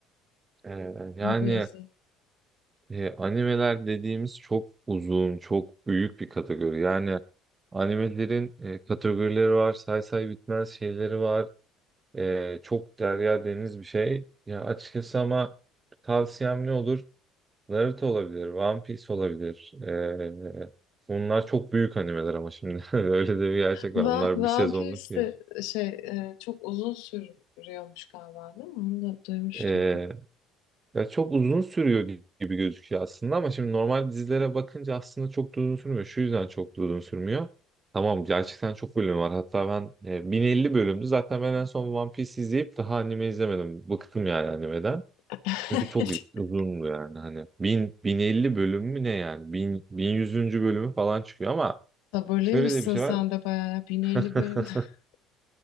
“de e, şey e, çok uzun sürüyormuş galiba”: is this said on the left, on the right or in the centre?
Left